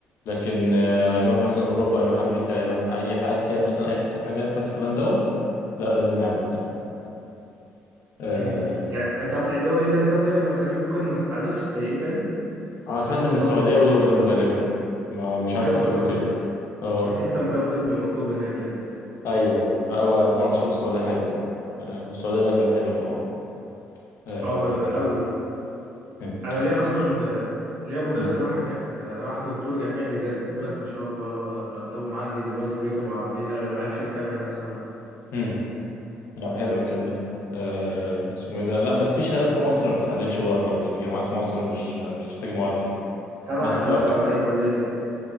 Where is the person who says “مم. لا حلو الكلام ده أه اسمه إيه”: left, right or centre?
Left